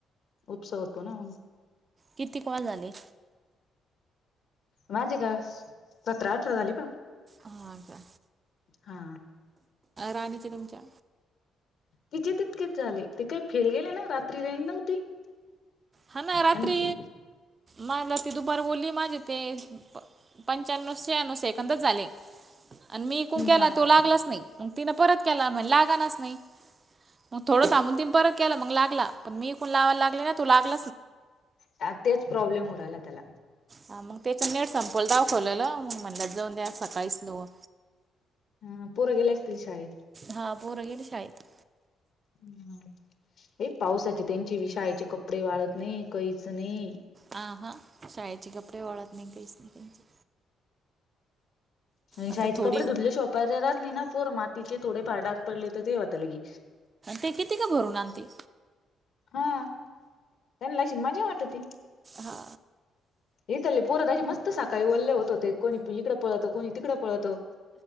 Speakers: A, on the left; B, on the right.
A: उपसा होतो ना मग.
B: किती कॉल झाले?
A: माझे काय सतरा अठरा झाले पहा.
B: हा का?
A: हा.
B: राणीचे तुमच्या.
A: तिचे तितकेच झाले ती काही फेल गेले ना रात्री रा नव्हती <unintelligible>
B: हा ना रात्री
A: हम्म
B: लावला ती दुपार बोलली माझे ते पंच्याण्णव शहाण्णवे एकंदच झाले आणि मी कून केला
A: हा
B: तो लागलाच नाही <unintelligible> मग तिनं परत केला म्हण लागनाच नाही. मग थोडं थांबून तीनं परत केला मग लागला, पण मी इकडून लावायला लागले ना तो लागला
A: आता तेच प्रॉब्लेम होऊ राहिला त्याला.
B: हा मग त्याच नेट संपवलं दाखवलेलं मग म्हणलं जाऊन द्या सकाळीच लाऊवा.
A: हम्म पोर गेले असतील शाळेत?
B: हा पोरं गेलीत शाळेत.
A: हम्म हे पावसाचे त्यांची बी शाळेचे कपडे वाळत नाही, काहीच नाही.
B: आ हा शाळेचे कपडे वाळत नाही काहीच नाही त्यांचे.
A: आणि
B: आता
A: शाळेचे
B: थोडी
A: कपडे धुतले. <unintelligible> राहात नाही ना पोर मातीचे थोडे फार डाग पडले तर ते होता लगी.
B: ते किती का भरून आणते?
A: हा त्यांना अशी मजा वाटती.
B: हा.
A: यले पोरत अशी मस्त साखळी ओले होत होते कोणी इकं पळत कोणी तिकडं पळतं